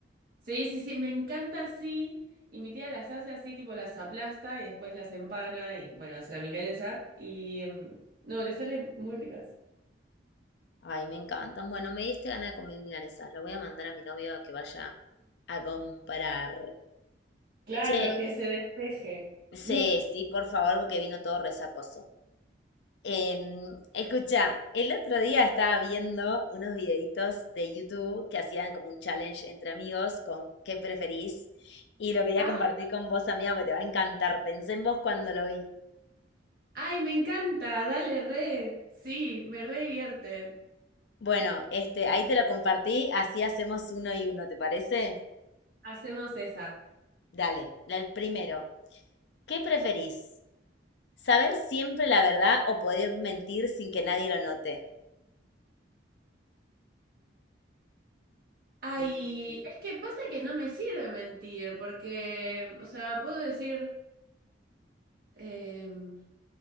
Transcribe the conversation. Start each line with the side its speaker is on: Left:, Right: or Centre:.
Right: Sí, sí, sí, me encanta así. Y mi tía las hace así, tipo las aplasta y después las empana y bueno, hace la milanesa. Y mm, no, le salen muy ricas.
Left: Ay, me encantan. Bueno, me diste ganas de comer milanesas. Lo voy a mandar a mi novio a que vaya a comprar.
Right: Claro,
Left: Che,
Right: que se despeje.
Left: Sí,
Right: <laughs>
Left: sí, por favor, porque vino todo resacoso. Em, escucha, el otro día estaba viendo unos videitos de YouTube que hacían como un challenge entre amigos con qué preferís y lo quería
Right: Ah,
Left: compartir con vos, amiga, porque te va a encantar. Pensé en vos cuando lo vi.
Right: ay, me encanta, dale re. Sí, me re divierte.
Left: Bueno, este, ahí te lo compartí, así hacemos uno y uno, ¿te parece?
Right: Hacemos esa.
Left: Dale, la- el primero. ¿Qué preferís? ¿Saber siempre la verdad o poder mentir sin que nadie lo note?
Right: Ay,
Left: Difícil.
Right: es que pasa que no me sirve mentir, porque, o sea, puedo decir. Em,